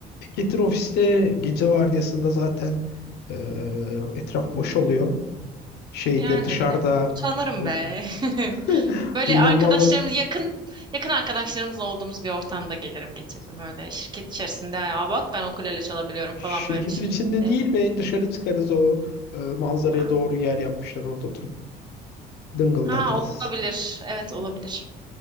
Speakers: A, on the left; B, on the right.
A: Getir ofiste gece vardiyasında zaten e, etraf boş oluyor. Şeyde
B: Yani
A: dışarıda
B: bilmiyorum. Utanırım
A: o
B: be. <laughs>
A: <laughs>
B: Böyle
A: dinlenme
B: arkadaşlarımız
A: alan
B: yakın yakın arkadaşlarımızla olduğumuz bir ortamda gelirim getiririm öyle şirket içerisinde ya bak ben ukulele çalabiliyorum
A: şirketin
B: falan böyle şeyi
A: içinde
B: sevmiyorum.
A: değil ve dışarı çıkarız o e, manzaraya
B: Ha.
A: doğru yer yapmışlar orada oturup dıngıldatırız.
B: Ha olabilir. Evet olabilir.